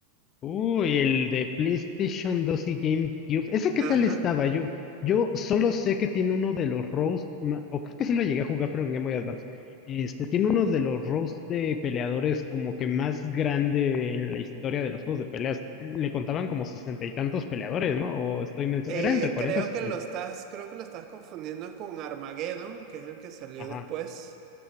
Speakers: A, on the left; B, on the right.
A: Uy, el de PlayStation dos y GameCube. ¿Ese qué tal
B: Ajá.
A: estaba? Yo, yo solo sé que tiene uno de los roast, ma- o creo que sí lo llegué a jugar, pero en Game Boy Advance. Este, tiene uno de los roast de peleadores como que más grande en la historia de los juegos de peleas. Le contaban como sesenta y tantos peleadores, ¿no? O estoy menso.
B: Eh,
A: Era entre cuarenta
B: creo
A: y sesenta.
B: que lo estás, creo que lo estás confundiendo con Armageddon, que es el que salió
A: Ajá,
B: después.